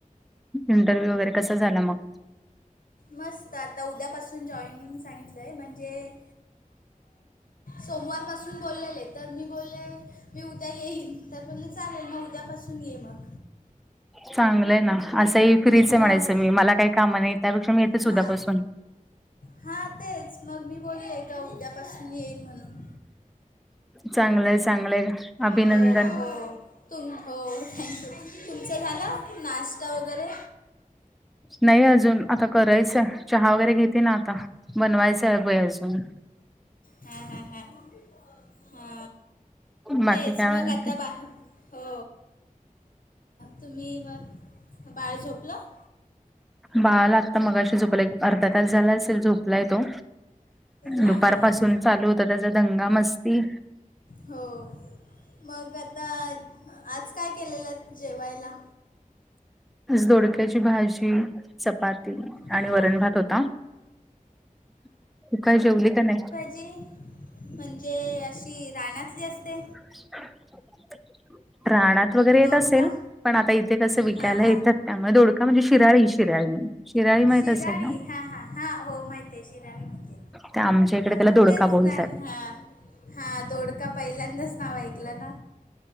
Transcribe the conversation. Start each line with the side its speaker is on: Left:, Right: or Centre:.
Centre: इंटरव्ह्यू वगैरे कस झाला मग?
Left: मस्त आता उद्यापासून जॉईनिंग सांगितलं आहे म्हणजे सोमवारपासून बोललेले तर मी बोलले मी उद्या येईन तर बोलले चालेल मग उद्यापासून ये मग
Centre: चांगलंय ना असंही फ्रीच
Left: हां
Centre: म्हणायचं मी मला काही काम नाही त्यापेक्षा मी येते
Left: हां
Centre: उद्याच पासून
Left: हा तेच मग मी बोलले का उद्यापासून येईन म्हणून
Centre: चांगलंय चांगलंय. अभिनंदन
Left: हो हो तुम हो थँक्यू तुमचं झालं नाश्ता वगैरे?
Centre: नाही अजून आता करायचंय, चहा वगैरे घेते ना आता बनवायचंय अ वय अजून
Left: हा हा हा हा
Centre: बाकी
Left: तेच
Centre: काय
Left: मग
Centre: म्हणते
Left: आता बा हो तुम्ही मग बाळ झोपलं?
Centre: बाळा आत्ता मगाशी झोपला अर्धा तास झाला असेल झोप ला य तो
Left: हां
Centre: दुपार
Left: हां हां
Centre: पाासून चालू होता त्याचा दंगा मस्ती
Left: हो मग आता आज काय केलेलं जेवायला?
Centre: दोडक्याची भाजी. चपाती
Left: हां
Centre: आणि
Left: हां
Centre: वरण भात होता. तू काय जेवली का नाही?
Left: ती म्हणजे अशी रानातली असते.
Centre: <unintelligible> रांणात वगैरे येत
Left: दोडका
Centre: असेल पण आता इथे कसं विकायला
Left: हां हां
Centre: येतात त्यामुळे दोडका म्हणजे शिराळी शिराळी शिराळी माहित
Left: शिराणी
Centre: असेल ना?
Left: हा हा हा हो माहितय शिराणी म
Centre: त्या आमच्या इकडे
Left: हा
Centre: त्याला
Left: ह
Centre: दोडका
Left: तेच
Centre: बोलतात
Left: ना हा हा दोडका पहिल्यांदाच ना ऐकलं ना